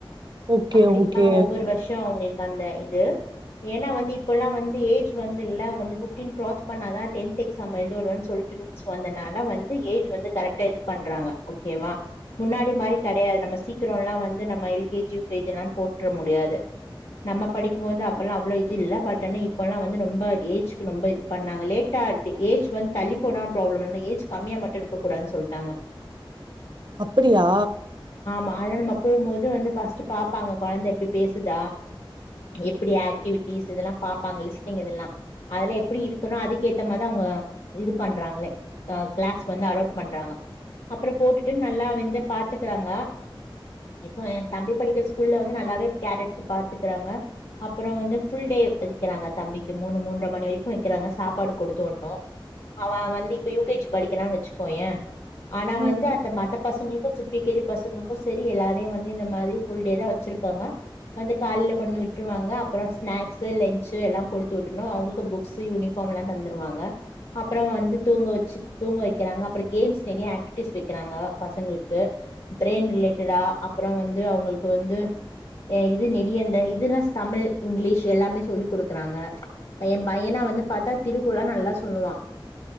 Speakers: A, on the right; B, on the left.
A: ஓகே,
B: அப்படில்லான்
A: ஓகே.
B: ஒவ்வொரு வருஷம் அவங்களுக்கு அந்த இது ஏன்னா வந்து இப்போல்லாம் வந்து ஏஜ் வந்துல ஃபிப்டின் கிராஸ் பண்ண தான் டென்த் எக்ஸாம் எழுதவிடுவன்னு சொல்லிட்டு ரூல்ஸ் வந்துனால வந்து ஏஜ் கரட்டா இது பன்றாங்க ஓகே வா முன்னாடிமாரி கிடையாது நம்ம சீக்கிரம் எல்லாம் வந்து நம்ம எல்கேஜி யுகேஜி எல்லாம் போட்டு முடியாது நம்ம படிக்கும் போது அப்பல்லாம் அவ்வளவு இது இல் பட் ஆனா இப்பல்லாம் வந்து ரொம்ப ஏஜு ரொம்ப இது பண்ணாங்க லேட்டா ஏஜ் வந்து தள்ளி போடனு ப்ராப்ளம் ஏ ஏஜ் கம்மியா மட்டும் இருக்க கூடானு சொல்லிட்டாங்க
A: அப்படியா
B: மாத நம்ம போகும்போது வந்து பஸ்ட் பாப்பாங்க குழந்தை எப்புடி பேசுத எப்படி ஆக்ட்டிவிட்டிஸ் இதயெல்லாம் பாப்பாங்க லிஸ்ட்லினிங் இதெல்லாம் எப்படி இருக்குனும் அதுக்கு ஏத்த மாரி அவுங்க இதுபன்றாங்ளே கிளாஸ் அலோபன்றாங்க அப்புறம் போட்டுட்டு நல்லா வந்து பாத்துட்டு ங்க இப்போ என் தம்பி படிக்கிற ஸ்கூல்ல வந்து நல்லாவே கேர் எடுத்து பாத்துக்கிறாங்க அப்புறம் வந்து புல் டே வைக்கிறாங்க தம்பிக்கு மூணு மூன்று மணி வரைக்கும் வைக்கிறாங்க சாப்பாடு கொடுத்த ஒடணும் அவன் வந்து இப்ப யூகேஜ படிக்கிறான்னு வச்சுக்கோ ஏன் ஆனா
A: ம்.
B: வந்து அந்த மத்த பசங்களுக்கு சிப்ட் பிகேஜி பசங்களுக்கும் சரி எல்லாரையும் வந்து இந்த மாதிரி ஃபுல் டே தான் வச்சுருக்காங்க வந்து காலையில் கொண்டு வந்து விட்டு்ருவாங்க அப்புறம் ஸ்நாக்ஸ் லன்சு எல்லாம் கொடுத்து விட்டுணும் அவங்களுக்கு புக்ஸ் யூனிஃபார்ம் எல்லாம் தந்துடுவாங்க அப்புறம் வந்து தூங்க வச்சு தூங்க வைக்கிறாங்க அப்புறம் கேம்ஸ் நிறைய ஆக்டிவிட்டிஸ் வைக்கிறாங்க பசங்களுக்கு பிரேன் ரிலேட்டடா அப்புறம் வந்து அவங்களுக்கு வந்து இது நெடியந்த இதுல்லாம் தமிழ் இங்கிலீஷ் எல்லாமே சொல்லி் கொடுக்குறாங்க என் பையனா வந்து பார்த்தா திருக்குரள்ளா நல்லா சொல்லுவான்